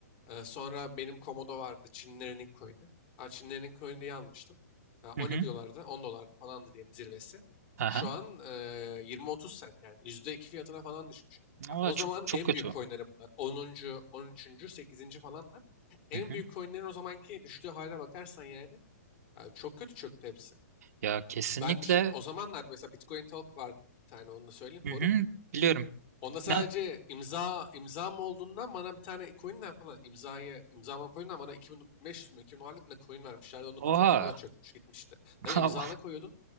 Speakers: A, on the left; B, on the right.
A: Ee, sonra benim Komodo vardı. Çinlerin ilk coin'i. Ha, Çinlerin ilk coin'i diye almıştım. Ha, 12
B: Hı hı.
A: dolardı, 10 dolardı falandı diyelim zirvesi.
B: Aha.
A: Şu an e, 20-30 sent yani %2 fiyatına falan düşmüş. Ha,
B: Oha,
A: o
B: çok
A: zaman
B: çok
A: en
B: kötü.
A: büyük coin'leri bunlar. 10. 13. 8. falanlar. En
B: Hı hı.
A: büyük coin'lerin o zamanki düştüğü hale bakarsan yani, yani çok kötü çöktü hepsi.
B: Ya kesinlikle
A: Ben düşün o zamanlar mesela Bitcoin Talk vardı bir tane onu da söyleyeyim
B: Hı
A: forum.
B: hı, biliyorum.
A: Onda sadece
B: Ne?
A: imza imzam olduğundan bana bir tane coin'den falan imzaya imzama coin'den bana 2500 mü 2000 dolarlık ne coin vermişlerdi onu
B: Oha.
A: tutuyordum o da çökmüş gitmişti.
B: <laughs>
A: Tabii imzana koyuyordun.